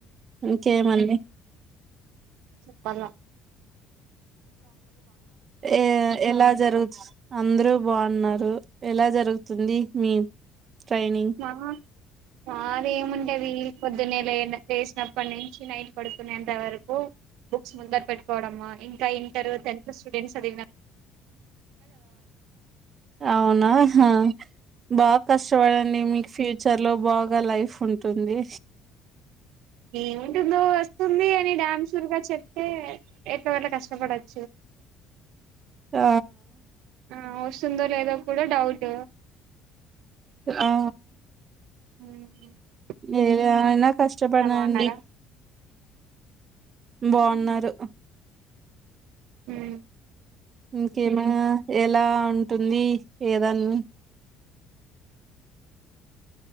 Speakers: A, on the right; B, on the right.
A: ఇంకేమండి
B: చెప్పాల్లా
A: ఏ ఎలా జరుగుతు అందరుూ బాగున్నారు ఎలా జరుగుతుంది మీ ట్రైనింగ్
B: అహ మాదేంముంటది పొద్దున్నేల లేసినప్పటి నుంచి నైట్ పడుకునేంత వరకు బుక్స్ ముంద పెట్టు కోవడమ్ ఇంకా ఇంటర్ టెన్త్ స్టూడెంట్స్ అది
A: అవునా హ బాగ కష్టపడండి మీకు ఫ్యూచర్ లో బాగా లైఫ్ ఉంటది
B: ఏముంటుందో వస్తుంది అని డ్యామ్ షూర్గా చెప్తే ఎట్లకోట్ల కష్టపడచ్చు
A: ఆ
B: ఆ వస్తుందో లేదో కూడ డౌట్
A: ఆ
B: హు
A: ఏదేమైన కష్టపడండి
B: బాగున్నారా
A: బాగున్నారు
B: హుమ్
A: ఇంకేమన ఎలా ఉంటుంది ఏదన్న